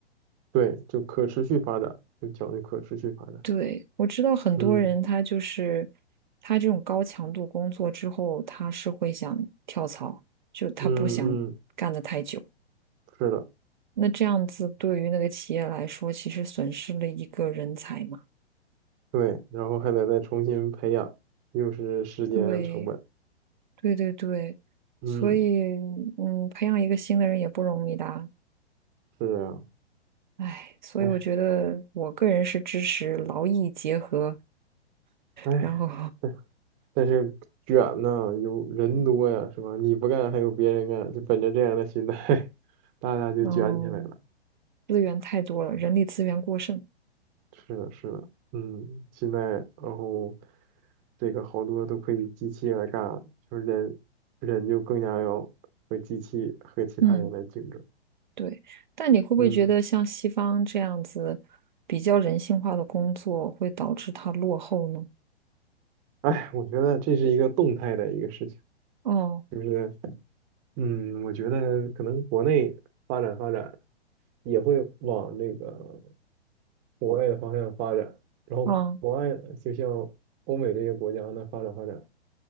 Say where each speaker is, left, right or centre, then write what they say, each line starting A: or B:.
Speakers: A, on the right (about 25°); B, on the right (about 45°).
A: 对，就可持续发展，就讲究可持续发展。
B: 对，我知道很多人他就是
A: 嗯
B: 他这种高强度工作之后，他是会想跳槽，就他不想干得太久。
A: 嗯嗯。是的，
B: 那这样子对于那个企业来说，其实损失了一个人才嘛。
A: 对，然后还得再重新培养，又是时间成本。
B: 对，对对对，
A: 嗯，
B: 所以嗯，培养一个新的人也不容易的啊。
A: 是啊，
B: 唉，所以我觉得我个人是支持劳逸结合，
A: 哎哎，
B: 然后
A: 但但是卷呢，有人多呀，是吧？你不干还有别人干，就本着这样的心态，<laughs> 大家就卷起来了。
B: 嗯，资源太多了，人力资源过剩。
A: 是的，是的，嗯，现在然后这个好多都可以机器来干了就是人人就更加要和机器和其他人来竞争。
B: 嗯，对。但你会不会觉得像西方这样子比较人性化的工作会导致它落后呢？
A: 嗯，哎，我觉得这是一个动态的一个事情。
B: 哦，
A: 就是。嗯，我觉得可能国内发展发展也会往那个国外的方向发展，然后国外就像
B: 哦，
A: 欧美这些国家呢发展发展，